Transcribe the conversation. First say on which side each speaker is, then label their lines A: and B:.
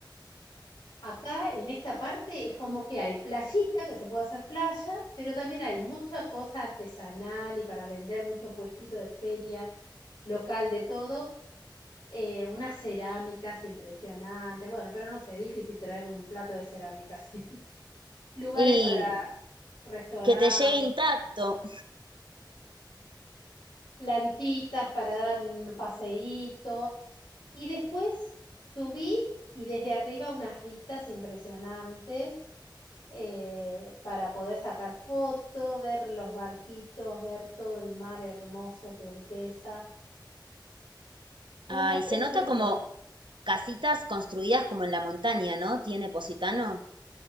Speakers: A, on the left; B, on the right.
A: Acá en esta parte es como que hay playita, que se puede hacer playa, pero también hay mucha cosa artesanal y para vender, mucho puestito de feria, local de todo, eh, unas cerámicas impresionantes. Bueno, pero no sé, es difícil traer un plato de cerámica <laughs> Sí. Lugares
B: Y
A: para restaurantes.
B: que te llegue intacto.
A: lanchitas para dar un paseíto. Y después subís y desde arriba unas vistas impresionantes eh, para poder sacar foto, ver los barquitos, ver todo el mar hermoso, turquesa. Una
B: Ay,
A: preciosura.
B: se nota como casitas construidas como en la montaña, ¿no? ¿Tiene Positano?